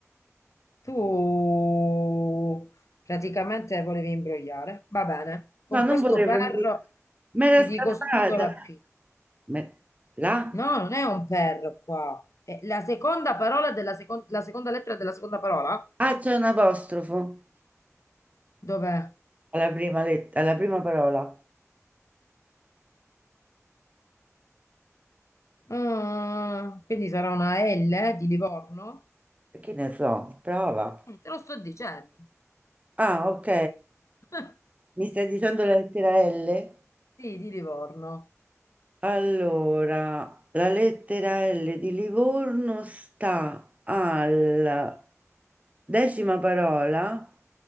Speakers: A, on the left; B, on the right.
A: tu praticamente volevi imbrogliare. Va bene. Con
B: No, non
A: questo
B: volevo
A: per
B: dire. Me l'è
A: ti
B: scappata.
A: dico subito la P.
B: Me- La?
A: No, non è un per qua. È la seconda parola della secon- la seconda lettera della seconda parola?
B: Ah, c'è un apostrofo
A: Dov'è?
B: alla prima, let- alla prima parola.
A: Ah, quindi sarà una L eh, di Livorno?
B: Che ne so, prova.
A: Mm. Te lo sto dicendo.
B: Ah, ok.
A: <laughs>
B: Mi stai dicendo la lettera L?
A: Sì, di Livorno.
B: Allora, la lettera L di Livorno sta alla decima parola,